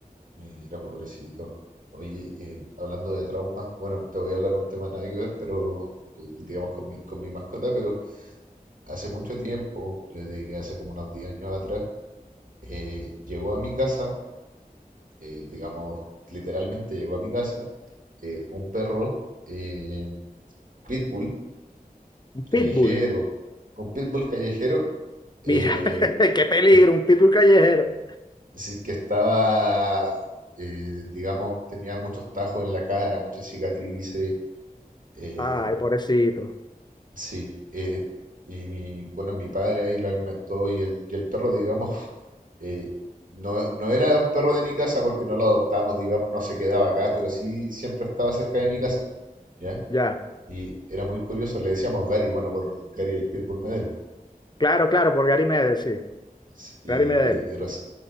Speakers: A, on the right; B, on the left.
A: Mira, pobrecito. Oye, eh, hablando de traumas, bueno, te voy a hablar un tema nada que ver, pero u- digamos con mi, con mi mascota, pero hace mucho tiempo, yo te diría hace como unos 10 años atrás, eh, llegó a mi casa, eh, digamos, literalmente llegó a mi casa, eh, un perro eh, pitbull
B: Un
A: callejero,
B: pitbull,
A: un pitbull callejero eh,
B: mira, <laughs> qué peligro,
A: que,
B: un pitbull callejero.
A: Es decir, que estaba, eh, digamos, tenía muchos tajos en la cara, muchas cicatrices. eh,
B: Ay, pobrecito.
A: sí. eh, y mi, bueno, mi padre ahí lo alimentó y el, y el perro, digamos, <laughs> eh, no, no era un perro de mi casa porque no lo adoptamos, digamos, no se quedaba acá, pero sí siempre estaba cerca de mi casa, ¿ya?
B: Ya.
A: Y era muy curioso, le decíamos Gary, bueno, por Gary el Pitbull Medel.
B: Claro, claro, por Gary Medel, sí.
A: Sí, Y,
B: Gary Medel,
A: y res-